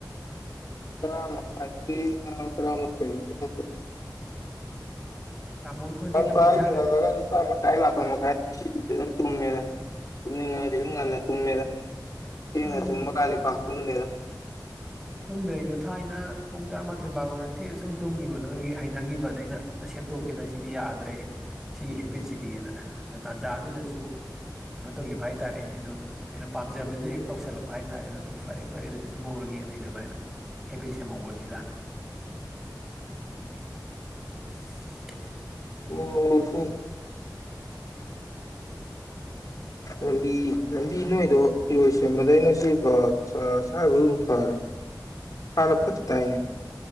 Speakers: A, on the left; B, in the centre.
A: ꯇꯔꯥ ꯃꯈꯥꯏꯗꯒꯤ ꯇꯔꯥꯃꯥꯊꯣꯏ <unintelligible>
B: ꯇꯥꯃꯣꯒꯤ ꯈꯣꯟꯖꯦꯜꯗꯣ
A: ꯉꯟꯕ
B: ꯄꯤꯛꯊꯈ꯭ꯔꯦ
A: ꯍꯥꯏꯖꯦ ꯉꯜꯂꯒ ꯅꯤꯄꯥꯟ ꯃꯈꯥꯏ ꯃꯥꯄꯟ ꯃꯈꯥꯏ ꯁꯤꯁꯤꯗꯤ ꯑꯗꯨꯝ ꯇꯨꯝꯃꯦꯗꯥ ꯇꯨꯝꯅꯤꯡꯉꯗꯤ ꯗꯨꯝ ꯉꯟꯅ ꯇꯨꯝꯃꯦꯗꯥ ꯊꯦꯡꯅ
B: ꯎꯝ
A: ꯇꯨꯝꯕ ꯀꯥꯗꯤ ꯄꯥꯛ ꯇꯨꯝꯗꯦꯗ
B: ꯇꯨꯝꯗ꯭ꯔꯦ ꯑꯩꯖꯨ ꯊꯥꯏꯅ ꯄꯨꯡ ꯇꯔꯥꯃꯥꯊꯣꯏ ꯕꯥꯔꯣꯗ ꯊꯦꯡꯅ ꯁꯨꯝ ꯇꯨꯝꯒꯤꯕ ꯑꯗꯣ ꯗꯨꯒꯤ ꯍꯩꯅꯒꯤꯕ ꯗꯩꯩ ꯑꯩꯅ ꯇ ꯁꯦꯝꯗꯣꯛꯀꯦꯗ ꯁꯤꯗꯤ ꯌꯥꯗ꯭ꯔꯦ ꯁꯤꯒꯤ ꯍꯦꯕꯤꯠꯁꯤꯗꯤꯅ ꯇꯥꯟꯖꯥꯗꯨꯗꯁꯨ ꯀꯩꯅꯣ ꯇꯧꯒꯤꯕ ꯍꯥꯏ ꯇꯥꯔꯦ <unintelligible> ꯑꯩꯅ ꯄꯥꯝꯖꯕꯖꯨ ꯍꯦꯛ ꯇꯧꯁꯜꯂꯛꯄ ꯍꯥꯏꯇꯥꯔꯦ ꯑꯗꯨꯅ ꯐꯔꯦ ꯐꯔꯦ ꯑꯗꯨꯗꯤ ꯇꯨꯝꯍꯧꯔꯒꯦꯅ ꯑꯩꯅ ꯑꯃꯥꯏꯅ ꯍꯦꯕꯤꯠ ꯁꯦꯝꯍꯧꯕꯅꯤꯗ <inaudible>
A: ꯑꯣ ꯍꯣ ꯂꯝꯕꯤ ꯂꯝꯕꯤ ꯅꯣꯏꯗꯣ ꯏꯔꯣꯏꯁꯦꯝꯕꯗꯩꯅ ꯁꯤ <unintelligible> ꯍꯥꯟꯅ ꯐꯠꯇ ꯇꯥꯏꯅꯦ